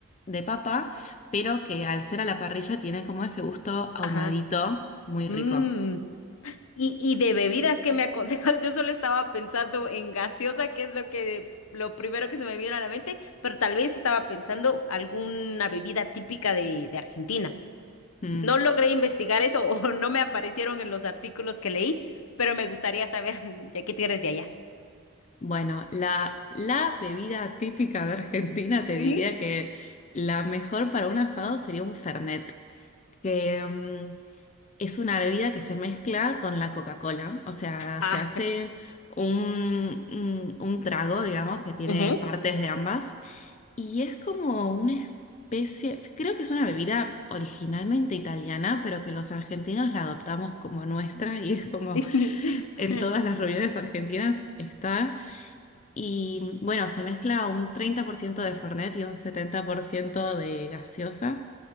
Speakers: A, on the left; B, on the left.
A: de papa, pero que al ser a la parrilla tiene como ese gusto ahumadito,
B: Ajá.
A: muy
B: Mm.
A: rico.
B: Y, y de bebidas, ¿qué me aconsejas? <laughs> Yo solo estaba pensando en gaseosa, que es lo que lo primero que se me vino a la mente, pero tal vez estaba pensando alguna bebida típica de, de Argentina.
A: Mm.
B: No logré investigar eso <laughs> o no me aparecieron en los artículos que leí, pero me gustaría saber, <laughs> ya que tú eres de allá.
A: Bueno, la, la bebida típica de Argentina te
B: Ujú.
A: diría que la mejor para un asado sería un Fernet, que mm, es una bebida que se mezcla con la Coca-Cola. O sea,
B: Ah.
A: se hace un, un, un trago, digamos, que tiene
B: ujú.
A: partes de ambas. Y es como una especie, sí, creo que es una bebida originalmente italiana, pero que los argentinos la adoptamos como nuestra y es como
B: <laughs>
A: en todas las reuniones argentinas está. Y bueno, se mezcla un 30% de Fernet y un 70% de gaseosa